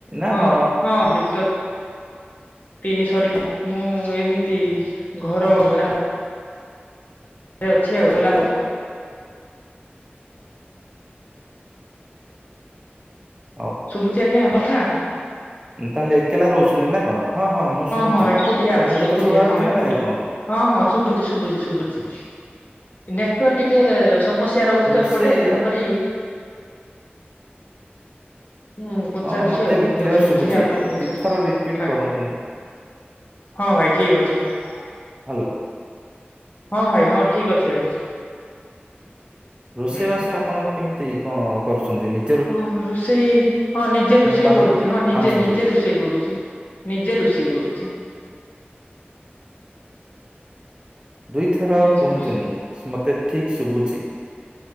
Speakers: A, on the right; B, on the left.
A: ନା
B: ହଁ
A: ହ
B: ହଁ ଯୁକ୍ତ ତିନି ସରି ମୁଁ ଏମିତି ଘର ଭଡା ରେ ଅଛି ଆଉ ଗଲା
A: ହଉ।
B: ଶୁଭୁଚି ଆଜ୍ଞା କଥା?
A: ତାହେଲେ ଏକଲା ରହୁଛନ୍ତି ନା କଣ ହଁ ହଁ ମୁଁ ଶୁଣୁଛି
B: ହଁ
A: ବା
B: ଏକୁଟିଆ ଅଛି
A: ମୋ କଥା
B: ଏକୁଟିଆ
A: ଶୁଣଛି
B: ହଁ ଏକୁଟିଆ।
A: ନା ନାଇଁ ଆପଣଙ୍କୁ?
B: ହଁ ହଁ ଶୁଭୁଛି ଶୁଭୁଛି ଶୁଭୁଛି ନେଟୱାର୍ ଟିକେ ସମସ୍ୟା ରହୁଛି
A: ରୋଷେଇ
B: ତ ଏପଟେ ତେଣୁକରି।
A: ଆପ-
B: ମୁଁ ପଚାରୁଛି
A: ହଁ ମତେ
B: ଆଉ
A: ବି କ୍ଲିୟର
B: ମଝି
A: ଶୁଭୁଛି
B: ମଝିରେ ଆପଣଙ୍କୁ ପଚାରୁଛି।
A: ଦି ଥର ରିପିଟ
B: ଆଜ୍ଞା
A: କରନ୍ତୁନି।
B: ହଁ ଭାଇ ଠିକ୍ ଅଛି ଭାଇ।
A: ହାଲୋ।
B: ହଁ ଭାଇ ହଁ ଠିକ ଅଛି ଭାଇ।
A: ରୋଷେଇ
B: ହୁଁ।
A: ବାସ ଆପଣ କେମିତି କଣ କରୁଛନ୍ତି ନି
B: ହଁ ରୋଷେଇ ହଁ ନିଜେ ରୋଷେଇ
A: ବାହାରୁ
B: କରୁଛି ହଁ ନିଜେ
A: ଆଣୁଛନ୍ତି
B: ନିଜେ
A: ଭାରି?
B: ରୋଷେଇ। ରୋଷେଇ କରୁଚି ନିଜେ ରୋଷେଇ କରୁଚି।
A: ଦୁଇଥର
B: ନିଜେ
A: କୁହନ୍ତୁନି
B: ରୋଷେଇ
A: ମତେ ଠିକ ଶୁଭୁଚି।